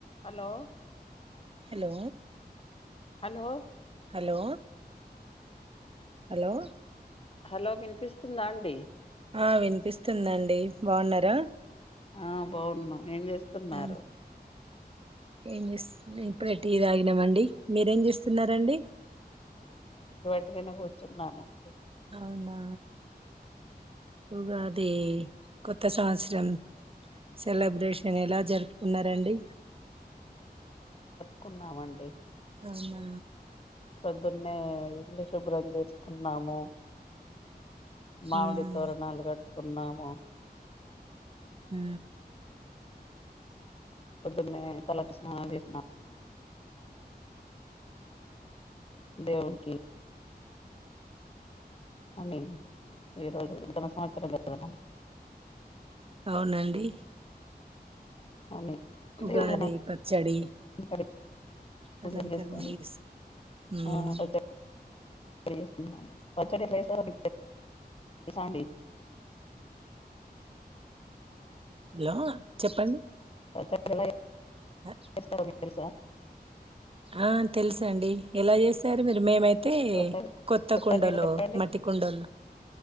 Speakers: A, on the left; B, on the right.
A: Hello
B: hello
A: hello
B: hello hello
A: hello వినిపిస్తుందా అండి
B: ఆ వినిపిస్తుందండి బాగున్నరా
A: ఆ బావున్నాం ఏం చేస్తున్నారు
B: ఏం ఏం చేస్ ఇప్పుడే టీ తాగినమండి మీరేం చేస్తున్నరండి
A: టిగనే కూర్చున్నానండి
B: అవునా ఉగాది కొత్త సంవత్సరం సెలబ్రేషన్ ఎలా జరుపుకున్నారండి
A: కున్నామండి
B: అవునా
A: పొద్దున్నే ఇల్లు శుభ్రం చేసుకున్నాము మామిడి
B: ఉమ్
A: తోరణాలు కట్టుకున్నాము
B: ఉ
A: పొద్దున్నే తలంటి స్నానం చేసిన దవునికి అని ఈ రోజు నూతన సంవత్సరం కదా
B: అవునండి
A: అని
B: ఉగాది
A: దేవుళ్ళని
B: పచ్చడి
A: కడిగి పూజలు
B: అలంకరణ
A: చేసుకొని
B: చేసు ఉమ్
A: ఆ పచ్చ చేసుకున్నాం పచ్చడి ఎట్ల చేస్తారో మిక్ తెలుసాండి
B: హలో చెప్పండి
A: పచ్చడి ఎలా
B: ఆ
A: చేస్తారో మిక్ తెలుసా
B: ఆ తెలుసండి ఎలా చేస్తారు మీరు మేమైత్ తే
A: ఒకసారి
B: కొత్త
A: ఒకసారి
B: కుండలు
A: మీరు చెప్పండి
B: మట్టి కుండలు